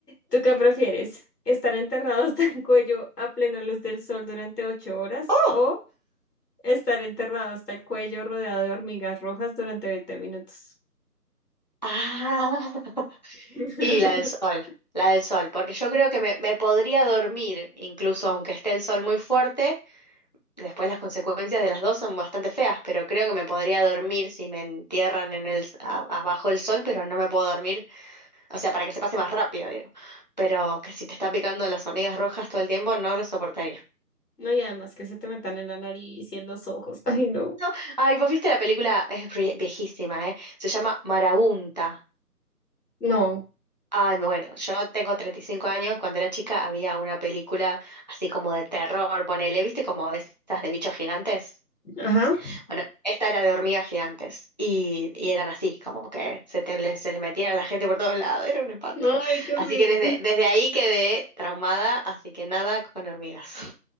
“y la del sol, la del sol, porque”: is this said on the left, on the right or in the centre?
Left